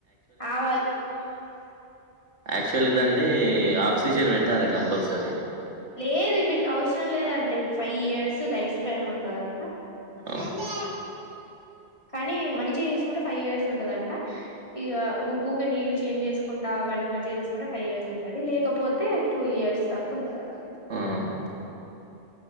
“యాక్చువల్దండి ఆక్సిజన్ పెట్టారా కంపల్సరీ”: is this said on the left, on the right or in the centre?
Right